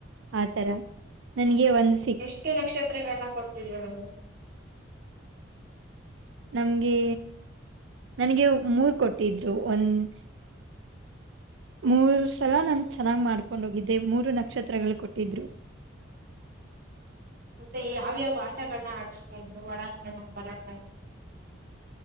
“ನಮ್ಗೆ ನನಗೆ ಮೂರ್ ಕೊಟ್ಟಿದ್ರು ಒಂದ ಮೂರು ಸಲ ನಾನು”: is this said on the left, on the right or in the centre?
Right